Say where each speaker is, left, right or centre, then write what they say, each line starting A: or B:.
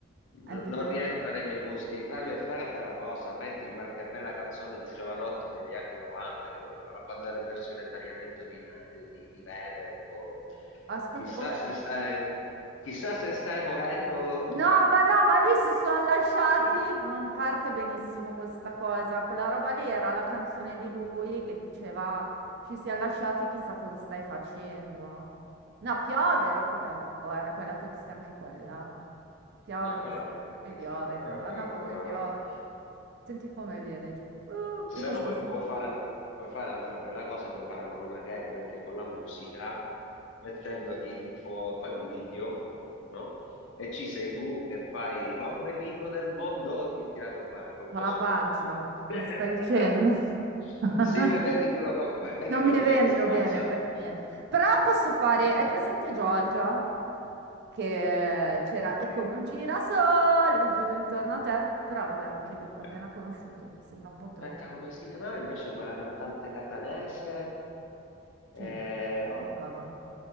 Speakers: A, on the left; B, on the right.
A: n-
B: È bellissimo.
A: Non rientra nei miei gusti. Dai, per fare una bella cosa, metti qualche bella canzone di Giovanotti degli anni 90, che, quella- quando era in versione tagliamento di, na- eh, di, di vene, tipo
B: Aspetta,
A: chissà
B: com'è?
A: se stai, chissà se stai morendo.
B: No, ma no, ma lì si sono lasciati,
A: <laughs>
B: non parte benissimo questa cosa, quella
A: Eh,
B: roba lì era la canzone di lui che diceva ci si è lasciati, chissà cosa stai facendo. No, piove
A: eh.
B: era più bella, o era quella triste anche quella? Piove,
A: No,
B: ma
A: quella non era triste,
B: sì, piove,
A: no, no,
B: madonna
A: no,
B: come
A: no,
B: piove.
A: no, no.
B: Senti come viene giù. Uh, io
A: Se
B: facevo
A: no puoi,
B: sempre...
A: puoi
B: uh.
A: fare, puoi fare un'altra bella cosa, puoi fare un- una gag anche con la musica, mettendogli tipo, fai un video, no? E ci sei tu che fai l'ombelico del mondo, ti tira col, ba- col
B: C'ho
A: coso,
B: la pancia.
A: col tamburo. <laughs>
B: Cosa stai dicendo?
A: Sì,
B: <laughs>
A: vedi quello, co- vedi
B: Non
A: quello
B: mi vendo
A: come sgasa.
B: bene per niente. Però posso fare. Hai presente Giorgia? Che c'era. È
A: Sì.
B: come un girasole, gira intorno a te. Però vabbè, anche lì l'ho
A: Eh.
B: appena conosciuto. Sembra un po' troppo.
A: Aspetta, come si chiamava invece quella cantante catanese? Eh,
B: Chi? Chi
A: oh.
B: cantava?